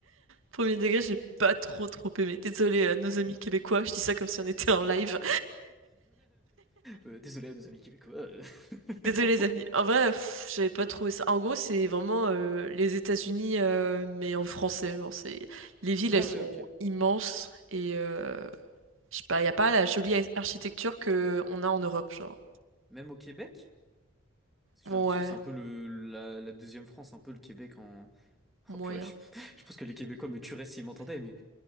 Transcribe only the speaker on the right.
Premier degré, j'ai pas trop trop aimé. Désolé à nos amis québécois, je dis ça comme si on était en live.
<laughs>
Désolé les amis. En vrai, pff, j'avais pas trouvé ça. En gros, c'est vraiment euh, les États-Unis, euh, mais en français. Genre, c'est les villes,
elles sont
immenses et euh, je sais pas, y a pas la jolie architecture que on a en Europe, genre.
Ouais,
moyen.